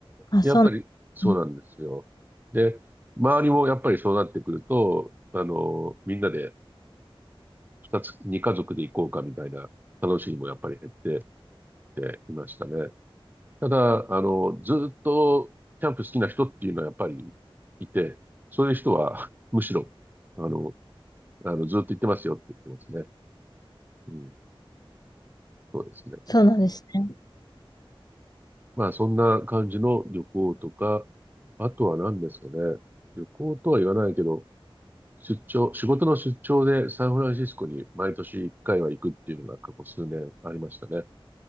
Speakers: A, on the left (about 45°); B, on the right (about 20°).
A: あ、
B: やっぱりそうなんですよ。
A: そううん
B: で、周りもやっぱりそうなってくると、あの、みんなで二つ、二家族で行こうかみたいな楽しみもやっぱり減ってきていましたね。ただ、あの、ずっとキャンプ好きな人っていうのはやっぱりいて、そういう人は <laughs> むしろ、あの、あの、ずっと行ってますよって言ってますね。うん、そうですね。
A: そうなんですね。
B: まあ、そんな感じの旅行とか、あとは何ですかね。旅行とは言わないけど、出張、仕事の出張でサンフランシスコに毎年1回は行くっていうのが過去数年ありましたね。